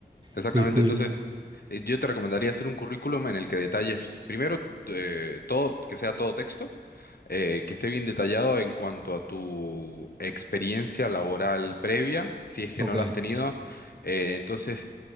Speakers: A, on the left; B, on the right.
A: exactamente.
B: Sí, sí.
A: Entonces, eh, Yo te recomendaría hacer un currículum en el que detalles primero eh, todo, que sea todo texto, eh, que esté bien detallado en cuanto a tu experiencia laboral previa, si es que
B: Ok.
A: no la has tenido. Eh, entonces,